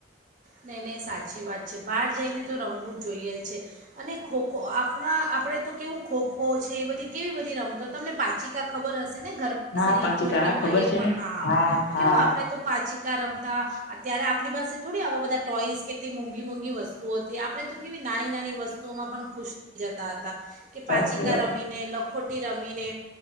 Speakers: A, on the right; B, on the left.
A: નહીં નહીં સાચી વાત છે બહાર જઈને તો રમવું જોઈએ જે અને ખોખો આપણા આ આપડે તો કેવું ખોખો છે એ બધી કેવી બધી રમતો તમને પાચિકા ખબર હ શેને ઘરમાં બેસીને
B: હા પાંચિકા
A: ઈન્ડોર ગેમમાં
B: હા ખબર
A: એ
B: છે
A: પણ
B: ને
A: હા
B: હા
A: કેવું આપણે તો પાચિકા રમતા અત્યારે આપણી પાસે થોડી આવા બધા ટોઈસ કેટલી મોંઘી-મોંઘી વસ્તુઓ હતી આપણેે તો કેવી નાની-નાની વસ્તુઓમાં પણ ખુશ થઈ જતા. કે પાચીકા
B: સાચી વાત
A: રમીને લખ ખોટી રમીને